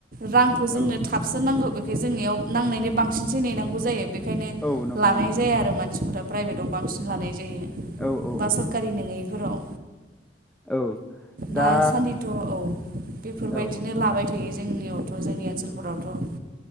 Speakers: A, on the right; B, in the centre.
A: रांखौ जोंनो
B: औ
A: थाबसो नांगौ बे बे जोङियाव नांनायनि बांसिनसो नेनांगौ जायो बेखायनो
B: औ नंगौ
A: लानाय
B: नंगौ
A: जाया आरो मानसिफोरा प्राइभेटआव बांसिन लानाय जायो
B: औ औ
A: बा सोरखारि नङैफोराव
B: औ दा
A: दासान्दिथ' औ बेफोरबायदिनो
B: औ औ
A: लाबाय थायो। जोंनियावथ' जोंनि ओनसोलफोरावथ'